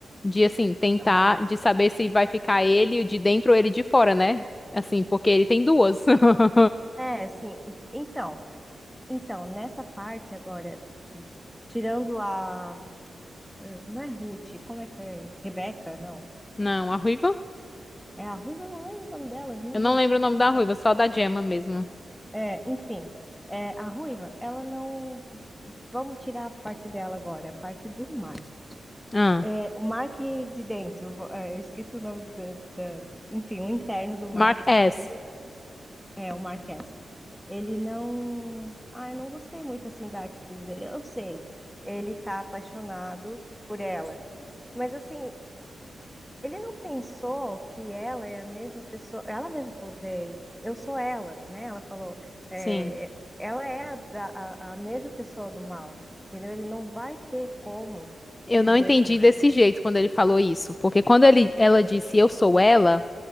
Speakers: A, on the left; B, in the centre.
A: De assim, tentar
B: aham.
A: de saber se vai ficar ele de dentro ou ele de fora, né? Assim, porque ele tem duas. <laughs>
B: É, sim. Então, então, nessa parte agora, tirando a. eh, Não é Ruth, como é que é? Rebeca, não.
A: Não, a Ruiva?
B: É a Ruiva, eu não lembro o nome dela, meu
A: Eu
B: Deus.
A: não lembro o nome
B: Como
A: da
B: pode?
A: Ruiva, só da Gemma mesmo.
B: É, enfim, é, a Ruiva, ela não. Vamos tirar a parte dela agora, a parte do Mark.
A: Ah,
B: É, o Mark de dentro, é, eu esqueci o nome da, da- enfim, o interno do Mark,
A: Mark S.
B: ele é o Marquez. Ele não, ah, eu não gostei muito assim da atitude dele. Eu sei, ele tá apaixonado por ela, mas assim, ele não pensou que ela é a mesma pessoa. Ela mesma falou para ele: Eu sou ela, né? Ela falou: é,
A: Sim.
B: Ela é a, a, a mesma pessoa do mal, entendeu? Ele não vai ter como
A: Eu
B: viver
A: não entendi
B: com ela,
A: desse jeito quando ele falou isso, porque quando ele, ela disse eu sou ela,